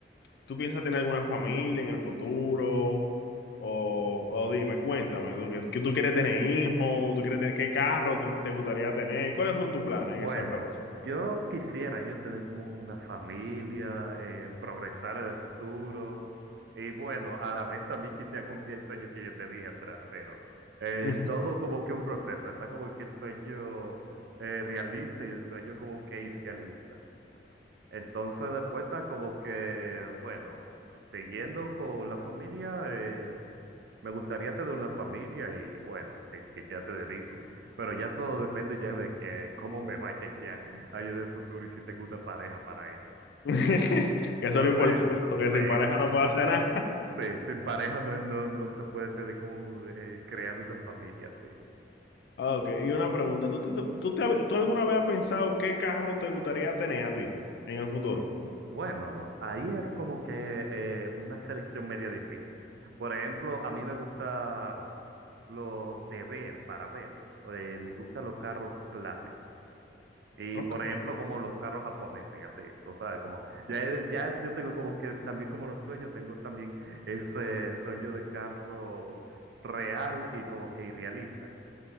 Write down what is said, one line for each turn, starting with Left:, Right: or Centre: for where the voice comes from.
Left: ¿tú piensas tener alguna familia en el futuro? O, o dime, cuéntame, ¿tú, que que tú quieres tener hijos? ¿Tú quieres tener qué carro tú- te gustaría tener? ¿Cuáles son tus planes
Right: Bueno,
Left: en ese aspecto?
Right: yo quisiera yo tener como una familia, eh, progresar en el futuro y bueno, a la vez también quisiera cumplir el sueño que yo te dije atrás, pero eh,
Left: <laughs>
Right: todo como que un proceso, está como que el sueño eh, realista y el sueño como que irrealista. Entonces después está como que, bueno, siguiendo con la familia, eh, me gustaría tener una familia y bueno, si quisiera tener hijos, pero ya todo depende ya de que cómo me vaya ya ahí en el futuro y si tengo una pareja para eso.
Left: <laughs> Que eso
Right: Entonces,
Left: es lo importante, porque sin
Right: sí,
Left: pareja no puedo hacer nada.
Right: <laughs> sí, sin pareja no, no, no se puede tener como eh, crear una familia, sí.
Left: Ah, Ok, y una pregunta, ¿tú, te- tú, tú te tú alguna vez has pensado qué carro te gustaría tener a ti en el futuro?
Right: Bueno, ahí es como que eh, una selección media difícil. Por ejemplo, a mí me gusta lo de ver, para ver. Eh, me gustan los carros clásicos. Y
Left: Ok.
Right: por ejemplo, como los carros japoneses y así, tú sabes, como ya, ya yo tengo como que también como los sueños, tengo también ese sueño de carro real y como que irrealista.